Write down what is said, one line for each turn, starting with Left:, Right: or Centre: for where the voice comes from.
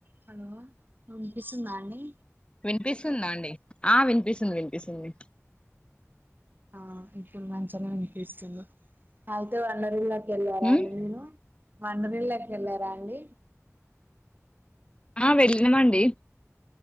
Right: Hello వినిపిస్తుందా అండి
Left: వినిపిస్తుందా అండి ఆ వినిపిస్తుంది వినిపిస్తుంది
Right: ఆ ఇప్పుడు మంచినే వినిపిస్తుంది అయితే వండరి వెళ్ళారా
Left: ఉమ్
Right: అండి మీరు వండరిళ్ళకి వెళ్ళారా అండి
Left: ఆ వెళ్ళినమండి